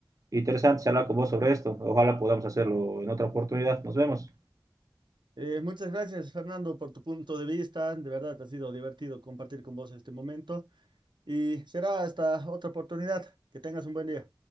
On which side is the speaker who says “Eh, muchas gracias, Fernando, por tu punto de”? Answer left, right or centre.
Right